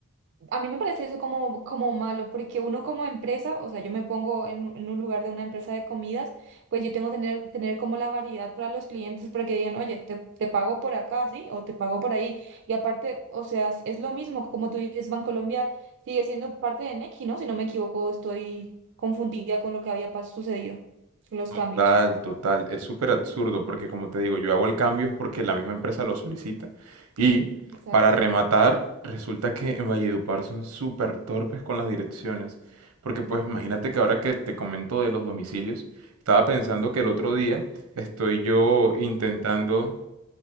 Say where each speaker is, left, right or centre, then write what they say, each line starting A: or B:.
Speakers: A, on the right; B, on the right.
A: A mí me parece eso como, como malo, porque uno como empresa, o sea, yo me pongo en, un en un lugar de una empresa de comidas, pues yo tengo que tener, tener como la variedad para los clientes para que digan, oye, te, te pago por acá, ¿sí? O te pago por ahí. Y aparte, o sea, es es lo mismo, como tú dices, Bancolombia sigue siendo parte de Nequi, ¿no? Si no me equivoco, estoy confundida con lo que había pas- sucedido, los
B: Total,
A: cambios.
B: total. Es súper absurdo porque como te digo, yo hago el cambio es porque la misma empresa lo solicita. Y
A: Exacto.
B: para rematar, resulta que en Valledupar son súper torpes con las direcciones. Porque pues imagínate que ahora que te comento de los domicilios, estaba pensando que el otro día estoy yo intentando